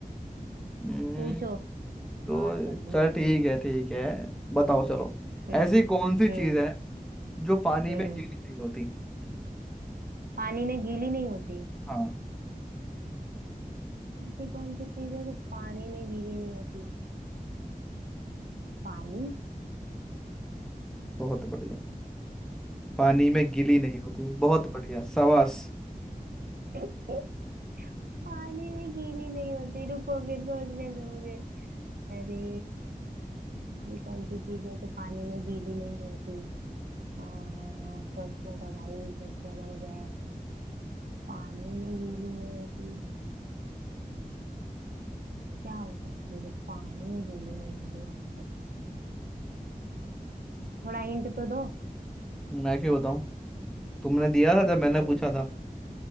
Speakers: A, in the centre; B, on the right.
A: हम्म,
B: पूछो हार
A: तो
B: तो नहीं
A: चल
B: मानेंगे
A: ठीक है ठीक है बताओ चलो
B: हम्म
A: ऐसी कौन सी चीज
B: हम्म
A: है जो पानी
B: हम्म
A: में गीली नहीं होती
B: पानी में गीली नहीं होती
A: हाँ
B: ऐसी कौन सी चीज है जो पानी में गीली नहीं होती पानी
A: बहुत बढ़िया पानी में गीली नहीं होती बहुत बढ़िया शाबाश
B: <laughs> पानी में गीली नहीं होती रुको फिर सोचने दो मुझे अरे ऐसी कौन सी चीज है जो पानी में गीली नहीं होती आ, सोचने दो भाई सोचने दो मुझे पानी में गीली नहीं होती क्या हो सकती है जो पानी में गीली नहीं हो रही आजकल थोड़ा हिंट तो दो
A: मैं क्यों बताऊं तुमने दिया था जब मैंने
B: हम्म
A: पूछा था